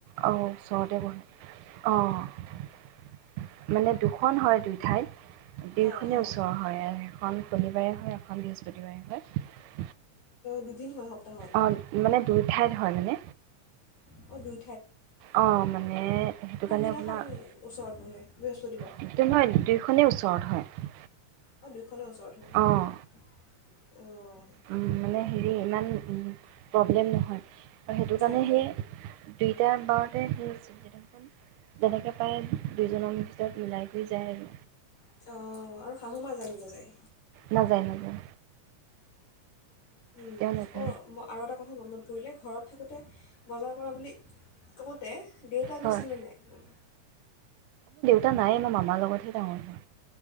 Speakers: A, on the right; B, on the left.
A: অহ ', ওচৰতে বহে অহ ', মানে দুখন হয় দুই ঠাইত। দুই
B: অঁ
A: খনে
B: অঁ
A: ওচৰ হয় আৰু সেইখন শনিবাৰে হয়, এখন বৃহস্পতিবাৰে হয়।
B: দুদিন হয় সপ্তাহত।
A: অঁ <unintelligible> হয়, মানে
B: অ', দু
A: অ', মানে সেইটো
B: কোনদিনাখন
A: কাৰণে আপোনাৰ,
B: ওচৰত বহে বৃহস্পতিবাৰ
A: <unintelligible> দুইখনে ওচৰত হয়।
B: অ', দুইখনে
A: অঁ
B: ওচৰত হয়। অ।
A: উম, মানে হেৰি ইমান প্ৰব্লেম নহয়। আৰু সেইটো
B: অঁ
A: কাৰণে
B: অঁ
A: সেই দুইটা বাৰতে সেই <unintelligible> যেনেকে প্ৰায় দুজনৰ ভিতৰত মিলাই কৰি যায় আৰু।
B: অঁ আৰু শাহু মা যায় নাযায়
A: নাযায়, নাযায়।
B: উম,
A: তেওঁলোকে
B: অ', ম আৰু এটা কথা মনত পৰিলে। ঘৰত থাকোঁতে বজাৰ কৰা বুলি, কওঁতে দেউতা
A: হয়
B: গৈছিলে নে নাই?
A: তা নাইয়ে। মই মামাৰ লগতহে ডাঙৰ হোৱা।